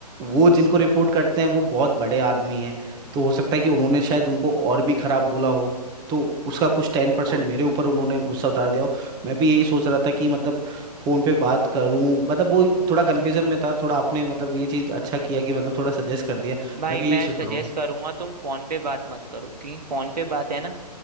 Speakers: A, on the right (about 20°); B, on the right (about 70°).
A: वो जिनको रिपोर्ट करते हैं वो बहुत बड़े आदमी हैं तो हो सकता है कि उन्होंने शायद उनको और भी खराब बोला हो तो उसका कुछ टेन
B: बिल्कुल
A: परसेंट मेरे ऊपर उन्होंने गुस्सा उतार दिया हो मैं भी यही सोच रहा था कि मतलब फोन पे बात करूं मतलब वो थोड़ा कन्फ्यूजन में था थोड़ा आपने मतलब ये चीज अच्छा किया कि मतलब थोड़ा सजेस्ट कर दिया
B: भाई
A: मैं भी
B: मैं
A: यही सोच
B: सजेस्ट
A: रहा हूँ
B: करूंगा तुम फोन पे बात मत करो क्योंकि फोन पे बात है ना